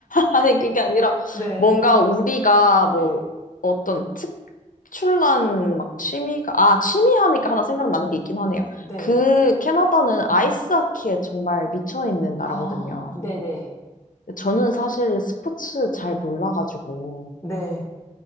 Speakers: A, on the left; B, on the left.
A: 아니, 그게 아니라,
B: 네.
A: 뭔가 우리가 뭐,
B: 네.
A: 어떤 특출난 막 취미가, 아, 취미 하니까 하나 생각나는 게 있긴 하네요.
B: 네.
A: 그, 캐나다는 아이스하키에 정말 미쳐있는 나라거든요.
B: 아, 네네.
A: 저는 사실 스포츠 잘 몰라가지고,
B: 네.